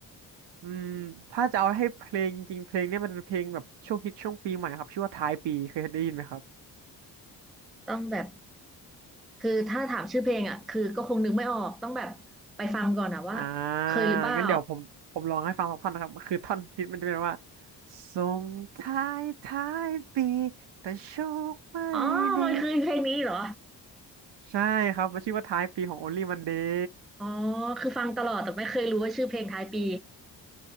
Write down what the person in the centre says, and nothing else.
ต้องแบบ คือถ้าถามชื่อเพลงอ่ะคือก็คงนึกไม่ออกต้องแบบไปฟังก่อนอ่ะว่าเคยหรือเปล่า
อ๋อมันคือเพลงนี้เหรอ
อ๋อคือฟังตลอดแต่ไม่เคยรู้ว่าชื่อเพลงท้ายปี